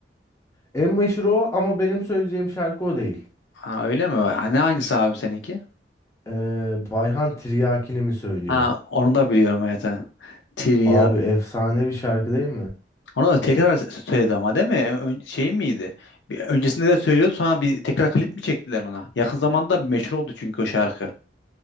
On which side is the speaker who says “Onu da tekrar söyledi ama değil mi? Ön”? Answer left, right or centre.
Left